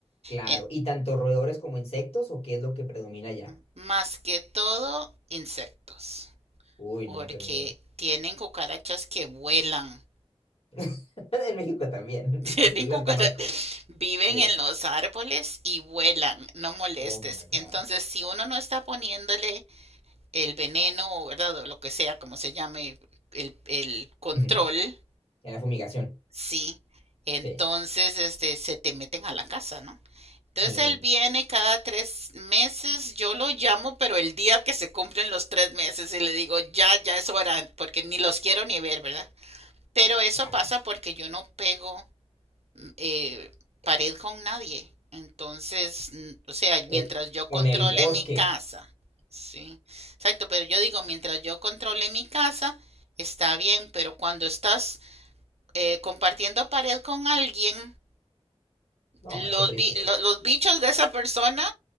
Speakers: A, on the left (about 65°); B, on the right (about 70°).
A: claro.
B: en-
A: ¿Y tanto roedores como insectos o qué es lo que predomina allá?
B: en- más que todo insectos,
A: Uy,
B: porque
A: no, qué miedo.
B: tienen cucarachas que vuelan.
A: <laughs> En México también.
B: <laughs> Tienen
A: <laughs> Sí, las
B: cucara-
A: conozco.
B: viven
A: Sí.
B: en los árboles y vuelan, no molestes.
A: Oh my God.
B: Entonces, si uno no está poniéndole el veneno, ¿verdad? O lo que sea, como se llame, el, el control,
A: Ujú. En la fumigación.
B: sí. Entonces,
A: Sí,
B: este, se te meten a la casa, ¿no? Entonces
A: sí,
B: él viene cada tres meses, yo lo llamo, pero el día que se cumplen los tres meses y le digo, ya, ya es hora, porque ni los quiero ni ver, ¿verdad? Pero eso
A: claro.
B: pasa porque yo no pego eh, pared con nadie. Entonces, o sea,
A: Eh,
B: mientras yo
A: con
B: controle
A: el bosque.
B: mi casa, sí, exacto, pero yo digo, mientras yo controle mi casa, está bien, pero cuando estás eh, compartiendo pared con alguien,
A: No,
B: los,
A: es otra historia.
B: bi- lo- los bichos de esa persona